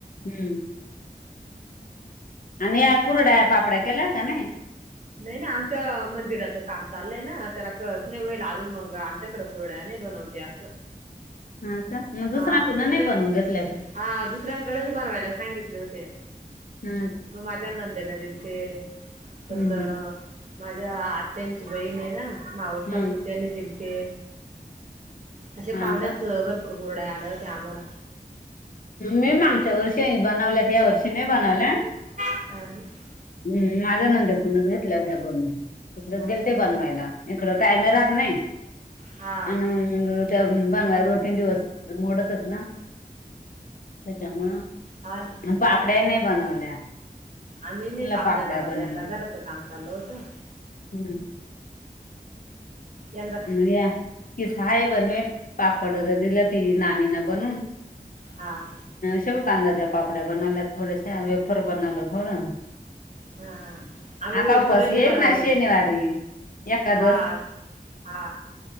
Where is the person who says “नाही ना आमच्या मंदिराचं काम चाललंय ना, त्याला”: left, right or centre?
Right